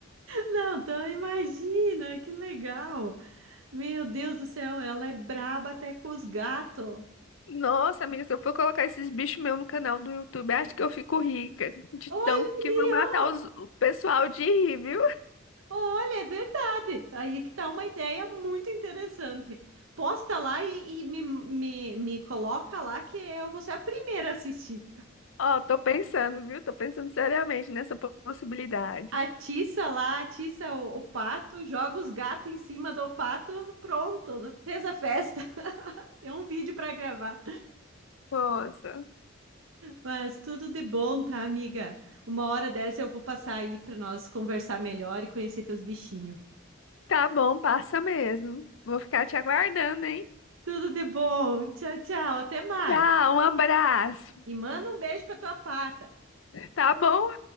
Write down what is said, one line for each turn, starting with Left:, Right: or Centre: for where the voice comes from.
Right: Não, então imagina, que legal. Meu Deus do céu, ela é braba até com os gatos.
Left: Nossa, amiga, se eu for colocar esses bichos meus no canal do YouTube, acho que eu fico rica. De
Right: Olha
Left: tão
Right: ali,
Left: que vão matar
Right: ó.
Left: os- o pessoal de rir, viu?
Right: Olha, é verdade. Aí que tá uma ideia muito interessante. Posta lá e, e me, me, me coloca lá que eu vou ser a primeira a assistir.
Left: Ó, tô pensando, viu? Tô pensando seriamente nessa possibilidade.
Right: Atiça lá, atiça o, o pato, joga os gatos em cima do pato, pronto, fez a festa. <laughs> Tem um vídeo para gravar.
Left: Nossa.
Right: Mas tudo de bom, tá, amiga? Uma hora dessa eu vou passar aí para nós conversar melhor e conhecer teus bichinhos.
Left: Tá bom, passa mesmo. Vou ficar te aguardando, hein?
Right: Tudo de bom. Tchau, tchau. Até mais.
Left: Tchau, um abraço.
Right: E manda um beijo pra tua pata.
Left: Tá bom?